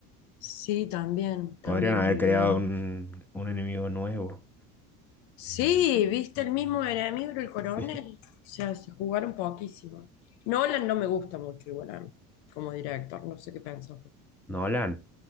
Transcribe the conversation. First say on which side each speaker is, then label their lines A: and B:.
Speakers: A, on the left; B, in the centre.
A: Sí, también,
B: Podrían
A: también
B: haber
A: revivieron.
B: creado un, un enemigo nuevo.
A: Sí, viste el mismo enemigo era el coronel.
B: Sí.
A: O sea, se jugaron poquísimo. Nolan no me gusta mucho igual a mí, como director, no sé qué pensás.
B: Nolan,